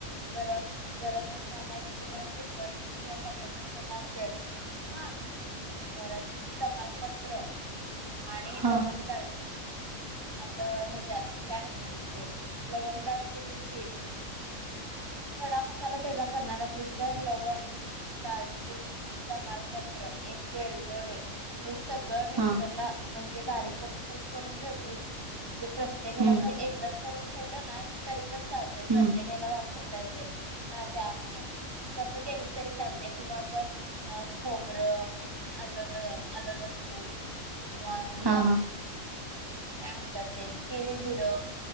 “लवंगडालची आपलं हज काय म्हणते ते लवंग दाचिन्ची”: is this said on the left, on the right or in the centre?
Right